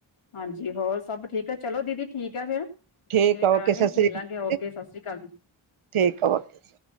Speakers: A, on the left; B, on the right.
A: ਹਾਂਜੀ, ਹੋਰ ਸਭ ਠੀਕ ਐ, ਚਲੋ ਦੀਦੀ ਠੀਕ ਆ ਫਿਰ। ਫਿਰ
B: ਠੀਕ ਆ
A: ਕਰਾਂਗੇ,
B: ਓਕੇ ਸਤਿ ਸ੍ਰੀ
A: ਮਿਲਾਂਗੇ
B: ਅਕਾਲ
A: ਓਕੇ ਸਤਿ ਸ਼੍ਰੀ ਅਕਾਲ ਜੀ।
B: ਠੀਕ ਆ, ਓਕੇ ਜੀ।